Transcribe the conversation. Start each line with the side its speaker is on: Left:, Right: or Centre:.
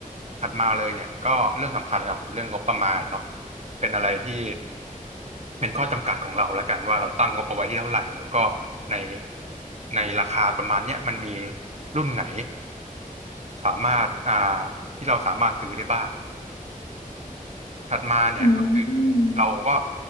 Right: ถัดมาเลยเนี่ยก็เรื่องสำคัญเลยครับผมเรื่องงบประมาณเนาะเป็นอะไรที่เป็นข้อจำกัดของเราแล้วกันว่าเราตั้งงบเอาไว้ที่เท่าไหร่แล้วก็ในในราคาประมาณเนี้ยมันมีรุ่นไหนสามารถอ่าที่เราสามารถซื้อได้บ้าง ถัดมาเนี่ยก็คือ
Left: อืม
Right: เราก็